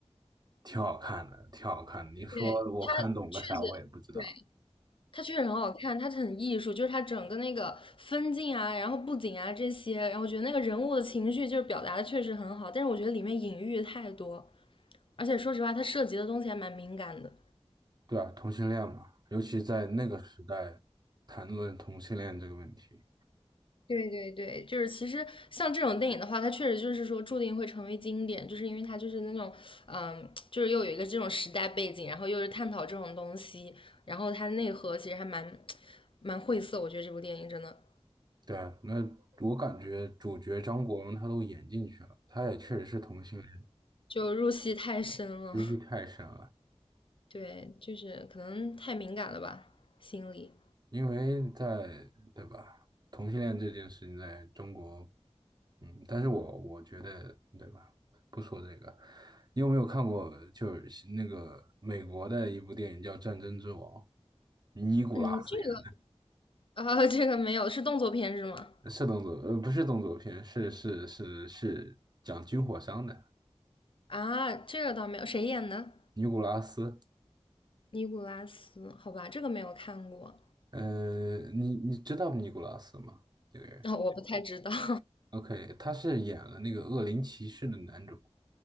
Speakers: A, on the right; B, on the left.
A: 挺好看的，挺好看的。你说我看懂个啥？
B: 对，它确实。
A: 我也不知道。
B: 对。它确实很好看，它很艺术，就是它整个那个分镜啊，然后布景啊这些，然后我觉得那个人物的情绪就是表达的确实很好，但是我觉得里面隐喻太多，而且说实话，它涉及的东西还蛮敏感的。
A: 对啊，同性恋嘛，尤其在那个时代，谈论同性恋这个问题，
B: 对，对对对，就是其实像这种电影的话，它确实就是说注定会成为经典，就是因为它就是那种，嗯，就是又有一个这种时代背景，然后又是探讨这种东西，然后它内核其实还蛮蛮晦涩，我觉得这部电影真的
A: 对啊，那我感觉主角张国荣他都演进去了，他也确实是同性恋，
B: 就入戏太深了。
A: 他戏太深了。
B: 对，就是可能太敏感了吧，心理。
A: 因为在，对吧？同性恋这件事情在中国，嗯，但是我我觉得，对吧？不说这个，你有没有看过就是那个美国的一部电影叫《战争之王》，尼古拉斯演
B: 嗯，这个啊，<laughs> 这个没有，是动作片是吗？
A: 的，是动作，呃，不是动作片，是是是是讲军火商的
B: 啊，这个倒没有，谁演的？
A: 尼古拉斯，
B: 尼古拉斯，好吧，这个没有看过，
A: 呃，你你知道尼古拉斯吗？这个人
B: 啊，我不太知道。<laughs>
A: ，OK，他是演了那个《恶灵骑士》的男主。